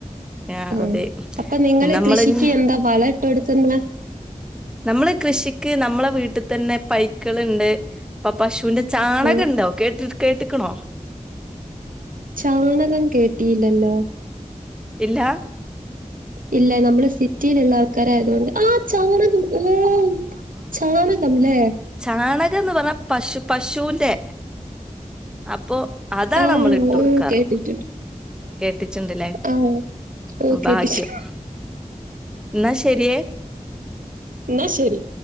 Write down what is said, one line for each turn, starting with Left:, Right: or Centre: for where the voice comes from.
Centre: ആ
Right: ആഹ്
Centre: അതെ
Right: അപ്പൊ നിങ്ങള്
Centre: നമ്മളഞ്ഞി.
Right: കൃഷിക്ക് എന്താ വളം ഇട്ട് കൊടുക്കുന്നെ?
Centre: നമ്മള് കൃഷിക്ക് നമ്മളെ വീട്ട് തന്നെ പൈക്കൾണ്ട്. അപ്പ പശുന്റെ ചാണകം
Right: ആഹ്
Centre: ഉണ്ട് കേട്ടി കേട്ടക്കണോ?
Right: ചാണകം കേട്ടില്ലല്ലോ.?
Centre: ഇല്ല...
Right: ഇല്ല നമ്മള് സിറ്റിലുള്ള ആൾക്കാരയതൊണ്ട് ആ ചാണകം ഓ ചാനകമല്ലേ?
Centre: ചാണകംന്ന് പറഞ്ഞാ പശു പശുന്റെ അപ്പൊ അതാണ്
Right: ആഹ്
Centre: നമ്മൾ ഇട്ട കൊടുക്കാറ്.
Right: ഓഹ് കേട്ടിട്ടുണ്ട്.
Centre: കേട്ടട്ടുണ്ടല്ലേ
Right: ആഹ് ഓഹ്
Centre: ഭാഗ്യം.
Right: കേട്ടിട്ടുണ്ട്.
Centre: എന്നാ ശരിയെ.
Right: ന്നാ ശരി.